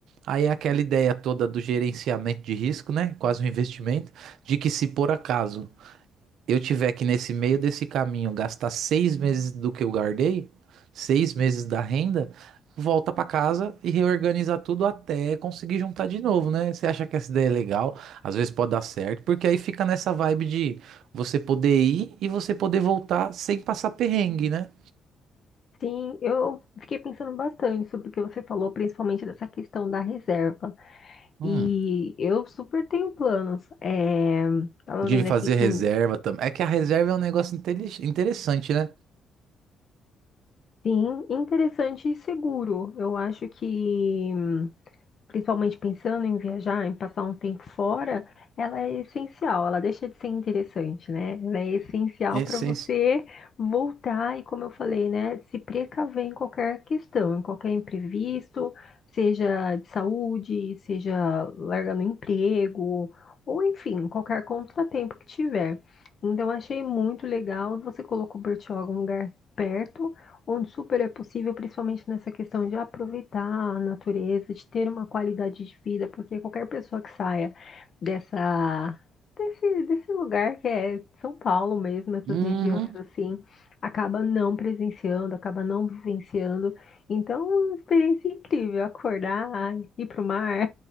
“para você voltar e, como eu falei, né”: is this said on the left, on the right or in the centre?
Left